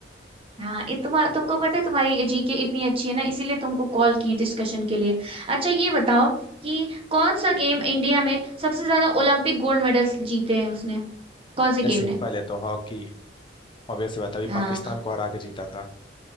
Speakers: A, on the right (about 30°); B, on the left (about 25°).
A: हाँ ये तुम तुमको पता है तुम्हारी जीके इतनी अच्छी है ना इसीलिए तुमको कॉल किए डिस्कशन के लिए अच्छा ये बताओ कि कौन सा गेम इंडिया में सबसे ज्यादा ओलंपिक गोल्ड मेडल्स जीते हैं उसने कौन से
B: अरे
A: गेम
B: सिंपल
A: ने
B: है तो हॉकी ऑब्वियसली बात है अभी
A: हाँ
B: पाकिस्तान को हरा के जीता था